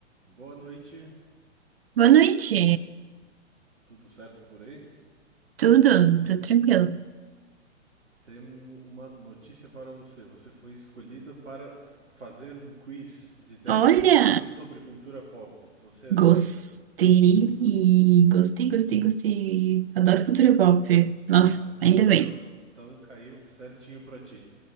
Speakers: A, on the right; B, on the right.
A: Boa noite,
B: Boa noite.
A: tudo certo por aí?
B: Tudo? Tudo tranquilo.
A: Temos uma notícia para você. Você foi escolhida para fazer um quiz de 10
B: Olha,
A: perguntas sobre cultura pop. Você aceita?
B: gostei, gostei, gostei, gostei. Adoro cultura pop. Nossa,
A: Ah,
B: ainda
A: então,
B: bem.
A: então caiu certinho para ti.